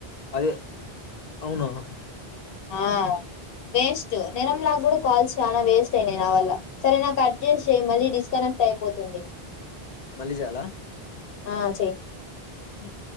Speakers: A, on the left; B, on the left.
A: అదే అవును అవును
B: ఆ వేస్ట్ నిరంలా గుడు కాల్స్ చాలా వేస్ట్ అయినాయి నా వల్ల సరే నాకు కట్ చేసి చెయ్ మళ్ళీ డిస్కనెక్ట్ అయిపోతుంది
A: మళ్ళీ జెయలా
B: ఆ చెయ్
A: ఉమ్